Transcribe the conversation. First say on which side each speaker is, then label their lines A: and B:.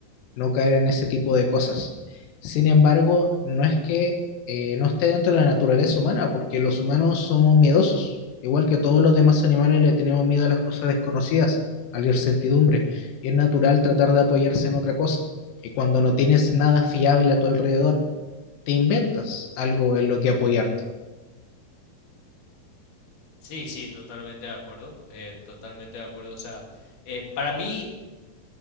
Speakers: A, on the left; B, on the left.
A: no caer en ese tipo de cosas. Sin embargo, no es que eh, no esté dentro de la naturaleza humana, porque los humanos somos miedosos, igual que todos los demás animales le tenemos miedo a las cosas desconocidas, a la incertidumbre, y es natural tratar de apoyarse en otra cosa. Y cuando no tienes nada fiable a tu alrededor, te inventas algo en lo que apoyarte.
B: Sí, sí, totalmente de acuerdo, eh, totalmente de acuerdo. O sea, eh, para mí,